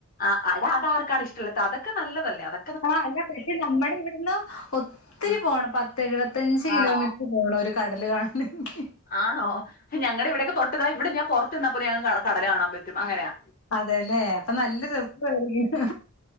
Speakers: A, on the left; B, on the left.
A: ആഹ് എടാ അതാർക്കാണ് ഇഷ്ടല്ലത്തെ അതൊക്കെ നല്ലതല്ലേ അത
B: ആഹ അല്ല പക്ഷെ നമ്മുടെ ഇവിടുന്ന് ഒത്തിരി
A: ഉം
B: പോണം പത്ത് എഴുപത്തഞ്ച് കിലോമീറ്റർ
A: ആണോ
B: പോണം ഒരു കടല് കാണണെങ്കി
A: ആണോ ഞങ്ങളടെ ഇവിടൊക്കെ തൊട്ട്താ ഇവിടെ ഞാൻ പുറത്ത്ന്നപ്പോലും ഞങ്ങക്ക് കടൽ കാണാൻ പറ്റും അങ്ങനെയാ
B: അതെല്ലേ അപ്പൊ നല്ല രസായിരിക്കും